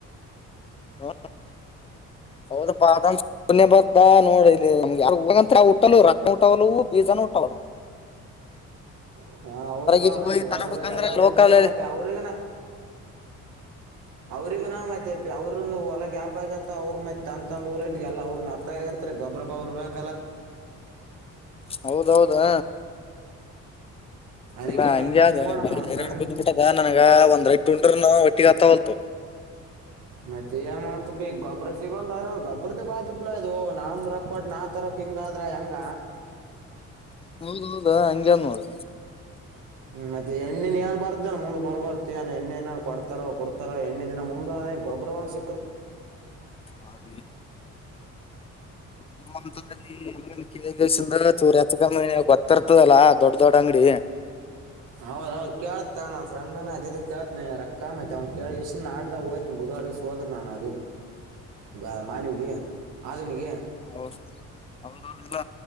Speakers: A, on the left (about 20°); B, on the right (about 85°).
A: ೌ ಹೌದ ಬರ್ತಾ ನೋಡ ಯಾರು ಹೋಗಂತ ಉಟ್ಟಲು ರೊಕ್ಕ ಉಊಟವವು ಬೀಜನ ಉಟ್ಟವಲು
B: ಹಾ ಹೌದಪಾ
A: ಇಲ್ಲಿ
B: ಮಾ್ತಿ
A: ಹೋಗಿ ತಗೋಬೇಕಂದ್ರ
B: ಅದ್ರ ಬ ಎಲ್ಲಾರ
A: ಲೋಕಲ್
B: ಇಂತದ
A: ಅಲ್ಲಿ
B: ಮಾಹತಿ ಅವ್ರಗನ ಅವ್ರಿಗ ನ ಮತ್ತ ಅವ್ರನು ಹೊಲ ಗ್ಯಾಪ್ ಆಗಿತ ಅವರು ಮತ್ ತಂದ ತಂದವರು ಇಗೆಲ್ಲ ಅವ್ರ ಅತ್ತ ಆಗರ್ತ ಅ ಗೊಬ ಅವರಬೇಕು
A: ಹೌದೌದಾ
B: ಅದಕ್ಕೆ
A: ಇಲ್ಲಾ ಹಂಗ
B: ಮತ್ತೆ
A: ಯಾವ್ದದು
B: ನೋಡಮ್ಮ
A: ಬ
B: ನಮ್ಮ ಫ್ರೆಂಡ್
A: ಬ್ ಬಿಟ್ಟದ ನನಗ ಒಂದ್ ರೈಟ್ ಉಂಡ್ರ ನ ಎಟ್ಟಿ ಕಥ ಬತ
B: ಮತ್ತೆ ಏನ್ ಮಾಡ್ತ ಬಿ ಗೊಬ್ಬ್ರ ಸಿಗೋಲ್ದಾರ ಗಬ್ಬ್ರದ ಬಾತಿಪ್ಲಾ ಇದು ನಮ ರಕ್ವಾಟ್ಟ ನಾವ ತರಕ್ ಹಿಂಗಾದ್ರ ಹೆಂಗ
A: ಹೌದ ಹೌದ ಹಂಗಗೆ ನೋದು
B: ಹ್ಮ ಮತ್ತೆ ಎಣ್ಣನ್ ಏನ್ ಬರ್ದ್ದೇ ಮುಂದ್ ಬರ್ಬಾರತು ಏನ್ ಎಣ್ಣೆನ ಕೊಡ್ತಾರೋ ಪಡ್ತಾರೋ ಎಣ್ಣ ದಿನ ಮುಂದ್ ಗೌಬರವಂಶ
A: ಹಏ ನಿಮ್ಮ್ಂಂತರಲ್ಲಿ ಕೇಳಗಸಿಂದ ಚೂಚ್ಚಕಮ್ಮ ಗೊತ್ತಿರ್ತದಲ್ಲಾ ದೊಡ್ಡ ದೊಡ್ಡ ಅಂಗಡಿ
B: ಹೌದೌದ್ ಕೇಳತಾ ನ ಫ್ರೆಂಡ್ನ ಅದ ಕೇತನಿ ರೊಕ್ಕ ಮೈತ್ ಅವ್ನ್ ಕೇಳ ಇಷ್ಟಾಡ್ದಾಗ ಹೋ್ನಿ ಬುಧವಾರ ಹೋದ್ರ ನಾನ ಅ ಮಾನ್ವಿಗೆ ಆದುನಿಗೆ
A: ಓ ಹೌದೌಲ್ಲ